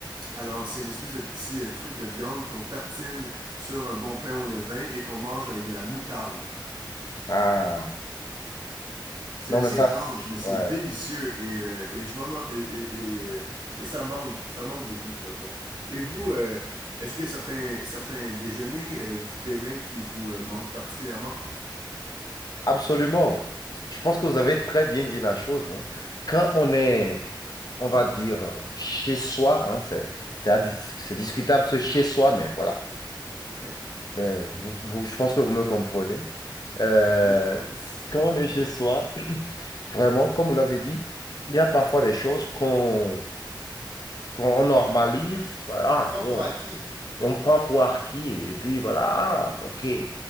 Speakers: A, on the right (about 65°); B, on the left (about 50°).
A: alors, c'est une espèce de petit euh, truc de viande qu'on tartine sur un bon pain au levain et qu'on mange avec de la moutarde.
B: Ah,
A: C'est
B: non,
A: assez
B: mais ça,
A: étrange,
B: c'est-
A: mais c'est
B: ouais.
A: délicieux et, euh, et je m'en en- et, et- et, euh, et ça manque, ça manque beaucoup le croton. Et vous, euh, est-ce qu'il y a certains, certains déjeuners euh, du Bénin qui vous euh, manquent particulièrement?
B: Absolument. Je pense que vous avez très bien dit la chose. hein. Quand on est on va dire, euh, chez soi, hein, c'est, c'est à dis- c'est discutable ce chez soi, mais voilà.
A: <laughs>
B: Ben, vous, vous- je pense que vous me comprenez. Euh,
A: Oui.
B: quand on est chez soi, <clears throat> vraiment, comme vous l'avez dit, il y a parfois des choses qu'on qu'on normalise. Voilà,
A: On prend
B: ah, bon,
A: pour acquis,
B: on prend pour acquis, et puis voilà, ah, ok,